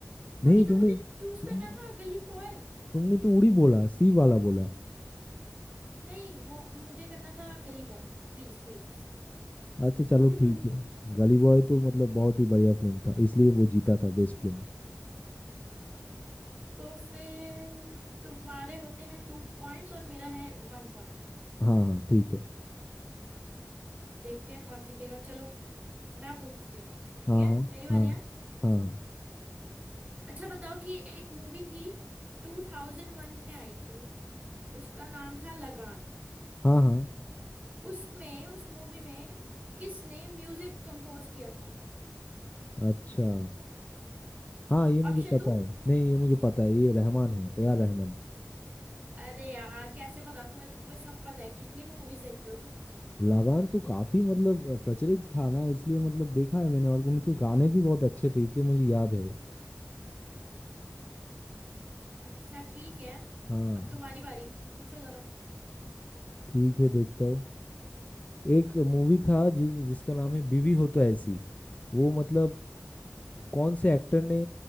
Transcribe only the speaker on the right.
वही
तो मुझे
चूज करना था गली बॉय
नहीं वो मुझे करना था गली बॉय Please please
<laughs>
तो फिर तुम्हारे होते हैं टू पॉइंट्स और मेरा है वन पॉइंट
अब देखते हैं कौन जीतेगा चलो मैं पूछती हूँ
ठीक है
मेरी बारी
है
अच्छा बताओ कि एक मूवी थी 2001 में आई थी उसका नाम था लगान
उसमें उस मूवी में किसने म्यूजिक कंपोज किया था
ऑप्शन
दो
अरे यार कैसे पता तुम्हें तुम्हें सब पता है कितनी मूवीज देखते हो
अच्छा ठीक है
अब तुम्हारी बारी पूछो जरा